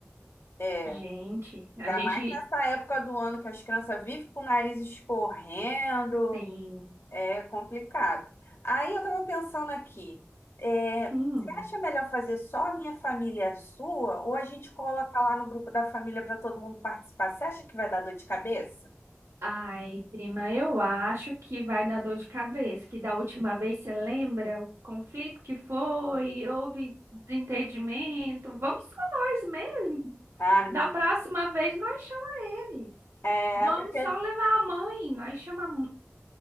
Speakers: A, on the left (about 65°); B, on the right (about 80°).
A: É,
B: gente,
A: ainda
B: a gente
A: mais nessa época do ano que as crianças vivem com o nariz escorrendo,
B: tem.
A: é complicado. Aí eu tava pensando aqui, é,
B: Hum.
A: você acha melhor fazer só a minha família e a sua, ou a gente coloca lá no grupo da família para todo mundo participar? Você acha que vai dar dor de cabeça?
B: Ai, prima, eu acho que vai dar dor de cabeça, que da última vez você lembra o conflito que foi, houve desentendimento. Vamos só nós mesmo.
A: Ah, menina.
B: Da próxima vez nós chama eles.
A: É,
B: Vamos
A: até porque
B: só levar a mãe, nós chama a, m-